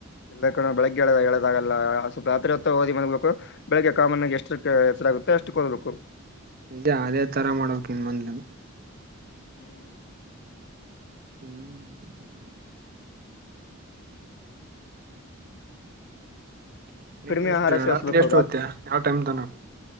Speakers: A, on the left (about 55°); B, on the right (about 45°).
A: ಇಲ್ಲ ಕಣೋ ಬೆಳಗ್ಗೆ ಎಳದಾಗಲ್ಲ ಸ್ವಲ್ಪ ರಾತ್ರಿ ಹೊತ್ತ ಓದಿ ಮಲಗ್ಬೇಕು ಬೆಳಿಗ್ಗೆ ಕಾಮನ್ ಆಗಿ ಎಷ್ಟಕ್ಕೆ ಎಚ್ಚರಾಗುತ್ತೆ ಅಷ್ಟಕ್ಕ್ ಓದ್ಬೇಕು
B: ನಿಜ ಅದೇ ತರ ಮಾಡ್ಬೇಕ್ ಇನ್ ಮಂದೆ
A: ಹ್ಮ್
B: ಹ್ಮ್ ನೀನ್
A: ಕಡಿಮೆ
B: ಎಷ್ಟ್
A: ಆಹಾರ ಸೇವಿಸ್ಬೇಕು
B: ರಾತ್ರಿ ಎಷ್ಟ್ ಓದ್ತಿಯ ಯಾವ್ ಟೈಮ್ ತನ